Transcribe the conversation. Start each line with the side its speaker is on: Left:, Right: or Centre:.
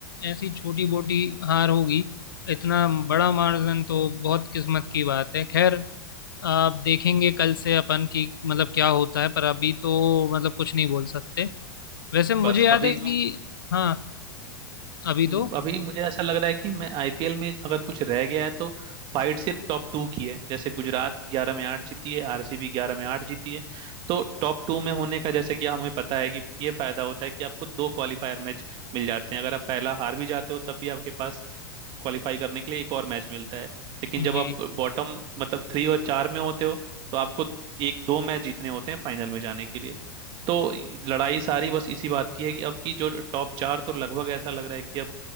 Left: ऐसी छोटी मोटी हार होगी इतना बड़ा मार्जिन तो बहुत किस्मत की बात है खैर आप देखेंगे कल से अपन की मतलब क्या होता है पर अभी तो मतलब कुछ नहीं बोल सकते वैसे मुझे
Right: बस
Left: याद
Right: अभी
Left: है कि
Right: जो
Left: हाँ अभी
Right: हम्म,
Left: तो
Right: अभी मुझे ऐसा लग रहा है कि मैं आईपीएल में अगर कुछ रह गया है तो फाइट सिर्फ टॉप टू की है जैसे गुजरात ग्यारह में आठ जीती है आरसीबी ग्यारह में आठ जीती है तो टॉप टू में होने का जैसे कि हमें पता है कि ये फायदा होता है कि आपको दो क्वालिफायर मैच मिल जाते हैं अगर आप पहला हार भी जाते हो तब भी आपके पास क्वालिफाई करने के लिए एक और मैच मिलता है लेकिन
Left: जी
Right: जब आप बॉटम मतलब थ्री और चार में होते हो तो आपको एक दो मैच जीतने होते हैं फाइनल में जाने के लिए तो लड़ाई सारी बस इसी बात की है कि अब की जो टॉप चार तो लगभग ऐसा लग रहा है कि अब